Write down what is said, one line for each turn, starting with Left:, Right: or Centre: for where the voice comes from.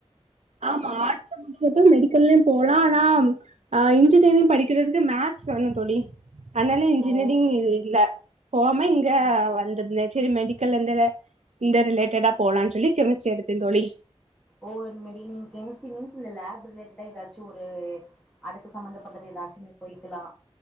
Right: ஆமா ஆர்ட்ஸ் சமந்தபட்டது மெடிக்கல்லயு போலா ஆனா ஆஹ் இன்ஜினியரிங் படிக்கறதுக்கு மேக்ஸ் வேணு தோழி அதனால இன்ஜினியரிங்
Centre: ஓ
Right: இல்ல போகாம இங்க வந்துருந்தே சேரி மெடிக்கலருந்து இந்த ரிலேட்டடா போலான்னு சொல்லி கெமிஸ்ட்ரி எடுத்தே தோழி
Centre: ஓ இனிமேடி நீங்க கெமிஸ்ட்ரி மீன்ஸ் இந்த லேப் ரிலேட்டடா ஏதாச்சும ஒரு அதுக்கு சம்பந்தப்பட்டது ஏதாச்சுமே போய்க்கலா